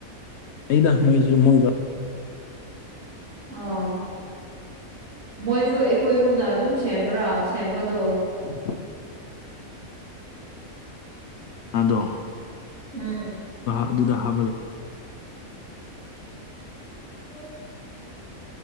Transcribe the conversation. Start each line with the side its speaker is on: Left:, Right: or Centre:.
Left: ꯂꯩꯗ ꯃꯣꯏꯁꯨ ꯃꯣꯏꯒ
Right: ꯑꯣ ꯃꯣꯏꯁꯨ ꯑꯩꯈꯣꯏꯒꯨꯝꯅ ꯑꯗꯨꯝ ꯁꯦꯝꯕ꯭ꯔꯥ ꯁꯦꯝꯕꯗꯣ
Left: ꯎꯝ <inaudible> ꯑꯗꯣ
Right: ꯎꯝ
Left: ꯑꯗꯨꯗ ꯍꯥꯞꯂꯒ
Right: ꯍ <inaudible>